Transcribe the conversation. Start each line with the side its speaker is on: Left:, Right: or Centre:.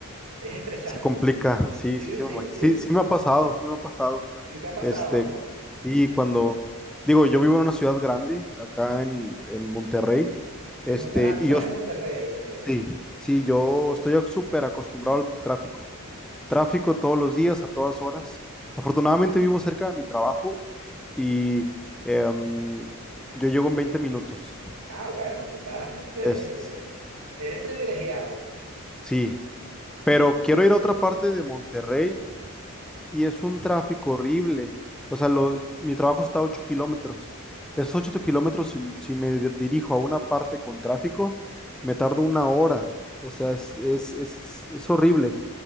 Right: es estresante,
Centre: se complica,
Right: sí.
Centre: sí,
Right: Sí,
Centre: sí, sí,
Right: sí,
Centre: me imagino.
Right: sí.
Centre: Sí, sí me ha pasado, sí me ha pasado.
Right: Sí te ha pasado,
Centre: Este,
Right: ¿no?
Centre: sí, cuando, digo, yo vivo en una ciudad grande, acá en, en Monterrey, este,
Right: En Monte- ah, tú
Centre: y
Right: estás
Centre: yo,
Right: en Monterrey, ok.
Centre: sí, sí, yo estoy súper acostumbrado al tráfico. Tráfico todos los días, a todas horas. Afortunadamente vivo cerca de mi trabajo y em, yo llego en 20 minutos.
Right: Ah, bueno, tú estás, este,
Centre: Es,
Right: eres privilegiado.
Centre: sí, pero quiero ir a otra parte de Monterrey y es un tráfico horrible. O sea, lo- mi trabajo está a 8 kilómetros. Esos 8 kilómetros, si, si me di- dirijo a una parte con tráfico, me tardo una hora. O sea, es, es, es, es horrible.